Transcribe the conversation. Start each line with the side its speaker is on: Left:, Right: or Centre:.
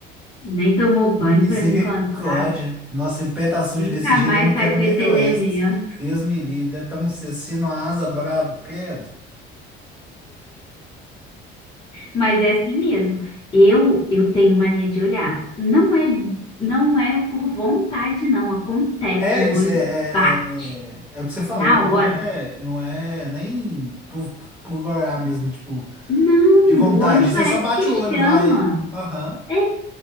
Left: nem tomou banho
Centre: Misericórdia.
Left: pra me encontrar.
Centre: Nossa, se o pé tá sujo
Left: Nunca
Centre: desse jeito,
Left: mais
Centre: eu não
Left: sai
Centre: quero
Left: com
Centre: nem
Left: esse
Centre: ver
Left: elemento.
Centre: o resto. Deus me livre, deve estar num cecino, uma asa brava, credo.
Left: Mas é assim mesmo. Eu, eu tenho mania de olhar. Não é, não é por vontade, não. Acontece,
Centre: É,
Left: meu
Centre: isso,
Left: olho
Centre: é, é,
Left: bate
Centre: é, é o que você falou,
Left: na
Centre: não
Left: hora.
Centre: é, não é nem por, por olhar mesmo, tipo,
Left: Não,
Centre: de vontade.
Left: o olho
Centre: Você
Left: parece
Centre: só bate
Left: que
Centre: o olho,
Left: chama.
Centre: vai. Aham,
Left: É,